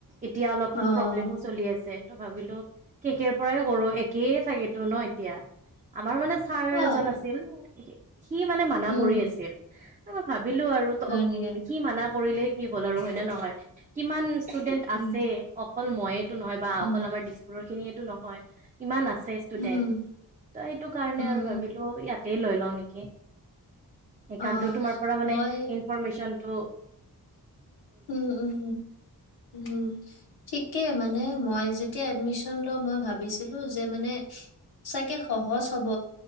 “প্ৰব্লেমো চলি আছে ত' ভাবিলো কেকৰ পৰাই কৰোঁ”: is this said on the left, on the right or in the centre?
Right